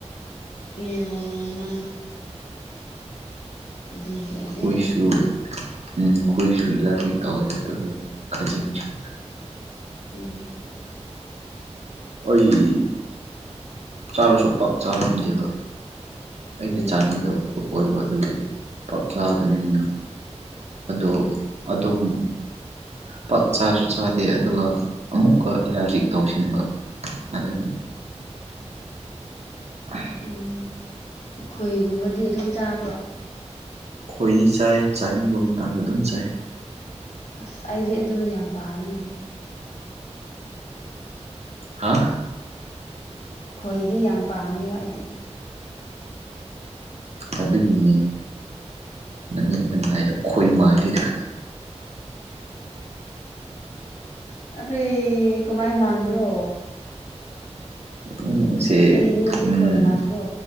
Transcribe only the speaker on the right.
ꯑꯩꯈꯣꯏꯁꯨ ꯎꯝ ꯑꯩꯈꯣꯏꯁꯨ ꯂꯥꯏꯔꯤꯛ ꯇꯧꯋꯦ ꯑꯗꯨꯒ ꯈꯖꯤꯡꯁꯨ
ꯑꯩ ꯆꯥꯔꯁꯨ ꯄꯥꯛ ꯆꯥꯔꯝꯗꯦꯕ ꯑꯩꯅ
ꯆꯥꯅꯤꯡꯗꯕ ꯄꯣꯠ ꯑꯣꯏꯕ ꯑꯗꯨꯒꯤ ꯄꯥꯎꯆꯥꯗꯕꯅꯤꯅ ꯑꯗꯣ
ꯑꯗꯨꯝ ꯄꯥꯛ ꯆꯥꯁꯨ ꯆꯥꯗꯦ ꯑꯗꯨꯒ ꯑꯃꯨꯛꯀ ꯏꯂꯥꯖꯤꯛ ꯇꯧꯁꯤꯟꯕ ꯑꯗꯨꯅꯤ ꯑ
ꯈꯣꯏꯗꯤ ꯆꯥꯏ ꯆꯥꯅꯤꯡꯕ ꯃꯇꯥꯡꯗ ꯑꯗꯨꯝ ꯆꯥꯏ
ꯍꯥ
ꯑꯗꯨꯒꯤꯅꯦ ꯅꯨꯃꯤꯠ ꯅꯃꯥꯏꯗꯣ ꯈꯣꯏ ꯃꯥꯜꯂꯤꯗꯣ
ꯎꯝ ꯁꯦ
ꯎꯝ